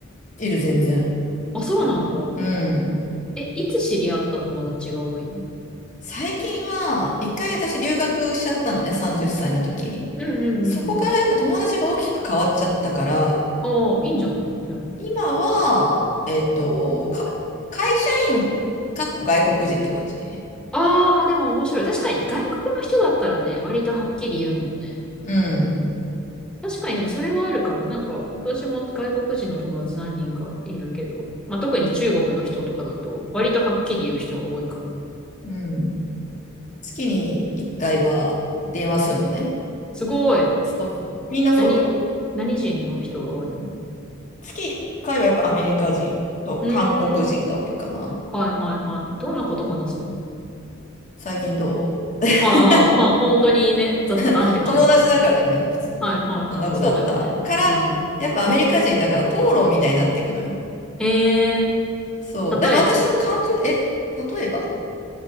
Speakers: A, on the left; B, in the centre.
A: いる、全然。
B: あ、そうなんだ。
A: うん。
B: え、いつ知り合った友達が多いの
A: 最近は、一回私留学しちゃったのね、30歳の時に。
B: うんうんうんうん。
A: そこからやっぱ友達が大きく変わっちゃったから、
B: ああ、いいんじゃないでも。
A: 今は、えっと、か、会社員、かっこ外国人って感じ。
B: ああ、でも面白い。確かに外国の人だったらね、割とはっきり言うもんね。
A: うん。
B: 確かに、でもそれはあるかも。なんか、私も外国人の友達何人かいるけど、まあ、特に中国の人とかだと、割とはっきり言う人が多いかな。
A: うん。月に1回は電話するのね。
B: すごい。
A: そうそう。みんなそうだよ。
B: 何、何人の人が多いの
A: 月1回はやっぱアメリカ人と韓国人が多いかな。
B: うーん。はいはいはい。どんなこと話すの
A: そう。最近どう
B: ああ、まあ本当にね、雑談って感じだね。
A: <laughs> 友達だからね、普通に。
B: はいはいはい。
A: こんな子だったから、
B: まあそうだよね。うん。
A: やっぱアメリカ人だから討論みたいになっていくのよ。
B: ええ
A: そう。
B: 例えば
A: でも私の感じ、え、例えば、